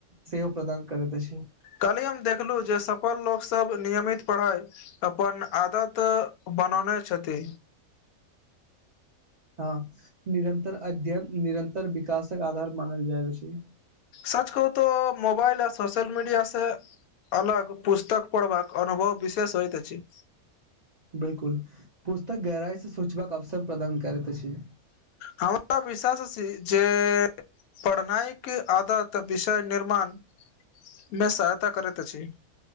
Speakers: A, on the right; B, on the left.
A: सेवो प्रदान करैत छै
B: कलिय हम देखलहुँ जे सफल लोकसभ नियमित पढ़ै अपन आदत बनौने छथि
A: हँ निरन्तर अध्ययन निरन्तर विकासक आधार मानल जाए अछि
B: सच कहु तऽ मोबाल आ सोशल मीडियास से अलग पुस्तक पढ़बाक अनुभव विशेष होइत अछि
A: बिलकुल पुस्तक गहराई से सोचबाक अवसर प्रदान करैत अछि
B: हमरा विश्वास छी जे <unintelligible> पढ़नाइ के आदत विषय निर्माण मे सहायता करैत अछि